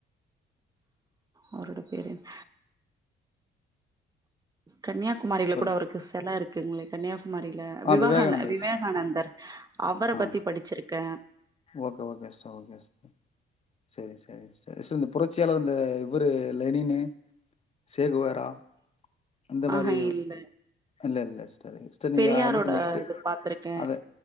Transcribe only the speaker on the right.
அவரோட பேரு என்ன கன்னியாகுமாரில
கூட அவருக்கு செல இருக் குங்களே கன்னியாகுமாரில
விவகான
விவேகானந்தர்
அவர
பத்தி படிச்சிருக்கே
ஆஹ இல்ல
பெரியாரோட
இது பாத்திருக்கே